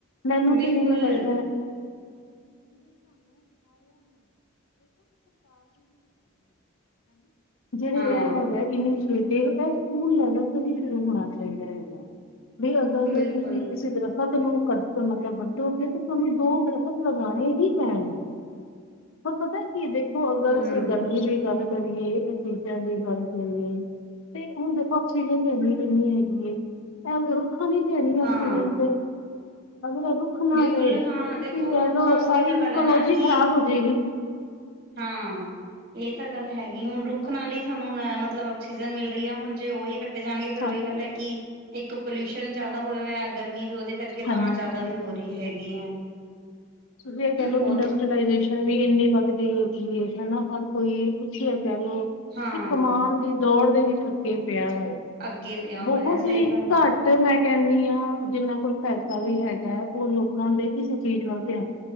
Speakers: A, on the left; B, on the right.
A: ਮੈਨੂੰ
B: ਬਿਲਕੁਲ
A: ਕੀ ਹੈ ਹਮ ਜਿਹੜੇ
B: ਹਾਂ
A: ਇਹ ਹੈਗਾ ਇੰਨੀ ਦੇ ਤਾਂ ਸਕੂਲ ਲੈਵਲ ਤੋਂ ਹੀ ਸ਼ੁਰੂ ਹੋਣਾ ਸੀ ਹੈਗੇਗਾ ਵੀ ਅਗਰ
B: ਬਿਲਕੁਲ
A: ਤੁਸੀਂ ਕਿਸੇ ਦਰਖਤ ਨੂੰ ਕੱਟੋ ਮਤਲਬ ਵੱਟੇ ਕੇ ਤੇ ਤੁਹਾਨੂੰ ਦੋ ਦਰਫ਼ਸ ਲਗਾਉਣੇ ਹੀ ਪੈਣਗੇ ਹੋਰ ਪਤਾ ਕੀ ਇਹ ਦੇਖ ਅਗਰ
B: ਹਮ
A: ਅਸੀਂ ਗਰਮੀ ਦੀ ਗੱਲ ਕਰੀਏ ਇਹ ਚੀਜ਼ਾਂ ਦੀ ਗੱਲ ਕਰੀਏ ਤੇ ਹੁਣ ਦੇਖੋ ਆਕਸੀਜਨ ਲੈਣੀ ਪਹਨੀ ਹੈਗੀ ਜੇ ਤਾਂ ਦੇਣੀ ਆਕਸੀਜਨ
B: ਹਾਂ
A: ਤੇ ਅਗਰ ਰੁੱਖ ਨਾ
B: ਬਿਲਕੁਲ
A: ਰਹੇ
B: ਹਾਂ
A: ਤੁਸੀਂ
B: ਦੇਖੋ
A: ਕਹਿ
B: ਰੁੱਖਾਂ
A: ਲਓ
B: ਉਹੀ
A: ਸਾਰੀ
B: ਤਾਂ ਗੱਲ
A: ਇਕੋਲੋਜੀ
B: ਹੈ ਨਾ ਕਿ
A: ਖ਼ਰਾਬ ਹੋ ਜਾਏਗੀ
B: ਹਾਂ ਇਹ ਤਾਂ ਗੱਲ ਹੈਗੀ ਹੁਣ ਰੁੱਖ ਨਾਲ ਹੀ ਸਾਨੂੰ ਮਤਲਬ ਆਕਸੀਜਨ ਮਿਲ ਹੁਣ ਜੇ ਉਹੀ ਕੱਟੇ ਜਾਣਗੇ ਫ਼ਿਰ
A: ਹਾਂ
B: ਉਹੀ ਗੱਲ ਹੈ ਕਿ ਇੱਕ ਪੋਲਊਸ਼ਨ ਜਿਆਦਾ ਹੋਇ ਹੋ ਆ ਗਰਮੀ ਵੀ ਉਹਦੇ ਕਰਕੇ
A: ਹਾਂਜੀ।
B: ਤਾਂ ਜ਼ਿਆਦਾ ਵੀ ਹੋ ਰਹੀ ਹੈਗੀ ਹੈ
A: ਤੁਸੀਂ ਇਹ ਕਹਿ ਲਓ
B: ਬਹੁਤ
A: ਇੰਡਸਟਰੀਲਾਈਜੇਸ਼ਨ ਵੀ ਇੰਨੀ ਵੱਧ ਗਈ ਹੈ ਹਨਾ ਹਰ ਕੋਈ ਪੁੱਛ ਕਹਿਣੇ
B: ਹਾਂ
A: ਤੇ ਕਮਾਨ ਦੇ ਦੌੜ ਦੇ ਵਿੱਚ ਅੱਗੇ ਪਿਆ ਹੋ
B: ਅੱਗੇ ਪਿਆ ਹੋਇਆ
A: ਬਹੁਤ ਹੀ
B: ਸਹੀ ਗੱਲ ਆ
A: ਘੱਟ ਮੈਂ ਕਹਿੰਦੀ ਹਾਂ ਜਿੰਨਾਂ ਕੋਲ ਪੈਸੇ ਉਹ ਵੀ ਹੈਗਾ ਹੁਣ ਲੋਕਾਂ ਦਾ ਕਿਸੇ ਚੀਜ਼ ਵੱਲ ਧਿਆਨ